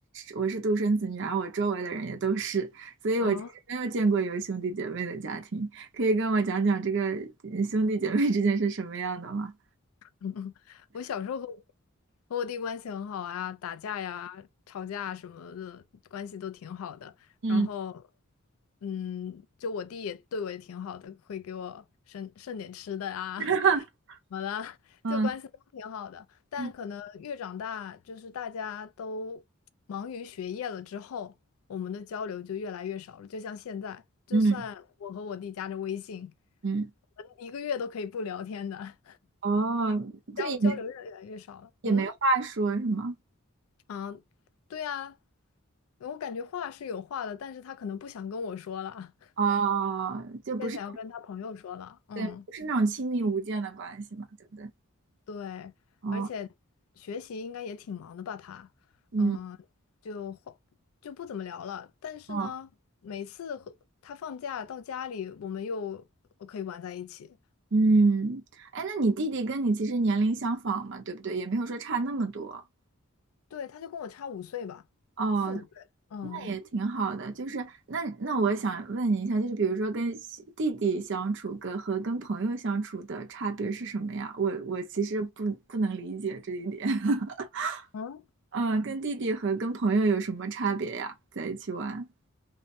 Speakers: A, on the right; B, on the left.
A: 我是独生子女，而我周围的人也都是，所以我其实没有见过有兄弟姐妹的家庭。
B: 哦，
A: 可以跟我讲讲这个呃兄弟姐妹之间是什么样的吗？
B: <laughs> 我小时候和我和我弟关系很好啊，打架呀、吵架什么的，关系都挺好的。
A: 嗯
B: 然后，嗯，就我弟也对我也挺好的，会给我剩剩点吃的啊，
A: <laughs>
B: <laughs> 怎么的，
A: 嗯
B: 就关系都挺好的。但可能越长大，
A: 嗯
B: 就是大家都忙于学业了之后，我们的交流就越来越少了。就像现在，就算我和我弟加着微信，
A: 嗯嗯，
B: 我们一个月都可以不聊天的。
A: 哦，这也没
B: 交交流越来越少了。
A: 也没话说是吗？
B: 嗯啊，对呀，我感觉话是有话的，但是他可能不想跟我说了，
A: 哦，
B: <laughs>
A: 就不是
B: 更想要跟他朋友说了。嗯，
A: 对，不是那种亲密无间的关系嘛，对不对？
B: 对，
A: 哦，
B: 而且学习应该也挺忙的吧？他，
A: 嗯，
B: 嗯，就话就不怎么聊了。但是呢，
A: 哦，
B: 每次和他放假到家里，我们又可以玩在一起。
A: 嗯，哎，那你弟弟跟你其实年龄相仿嘛，对不对？也没有说差那么多。
B: 对，他就跟我差五岁吧，
A: 哦，
B: 四五岁。嗯。
A: 那也挺好的。就是那那我想问你一下，就是比如说跟西弟弟相处跟和跟朋友相处的差别是什么呀？我我其实不不能理解这一点。<laughs>
B: 嗯
A: 嗯，跟弟弟和跟朋友有什么差别呀？在一起玩？